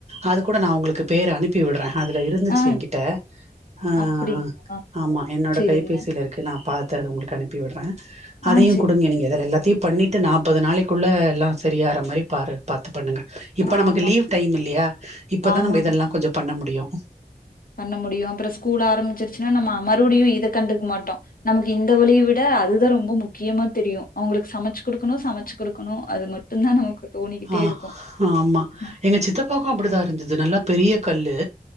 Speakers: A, on the right; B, on the left.
A: அது கூட நா உங்ளுக்கு பேர் அனுப் பி விடுற அதுல இருந்துச்சு
B: ஆ
A: என்கிட்ட அஹ்
B: அப்டிங்களா
A: ஆமா என்னோட
B: சரிங்க
A: கைபேசில இருக்குது நா பாத் தரு உங்ளுக்கு அனுப்பி விடுறே அதையு
B: ஆ சரிங்க
A: குடுங்க நீங்க எதுல எல்லாத்தையு பண்ணிட்டு நாப்பது நாளைகுள்ள எல்லா செரிய ஆற மாரி பாரு பாத் பண்ணுங்க இப்ப
B: ஆமா
A: நமக்கு லீவ் டைம் இல்லியா இப்பதா
B: ஆமாங்க.
A: நம்ம இதெலா கொஞ்சொ பண்ண முடியு <inaudible>
B: பண்ண முடியு அப்றொ ஸ்கூல் ஆரம்பிச்சிருச்சுனா நம்ம அமருவுடியு இத கண்டுக்க மாட்டோ நமக்கு இந்த வலிய விட அதுதா ரொம்ப முக்கியமா தெரியு அவங்ளுக்கு சமச்சு குடுக்கணு சமச்சு குடுக்கணு அது மட்டும்தான் நமக்கு தோணிக்கிட்டே
A: ஆஹ்
B: இருக்கும்.
A: ஆஹ் ஆமா
B: ம்ஹும்.
A: எங்க சித்தப்பாகும் அப்படி தா இருந்து நல்ல பெரிய கல்லு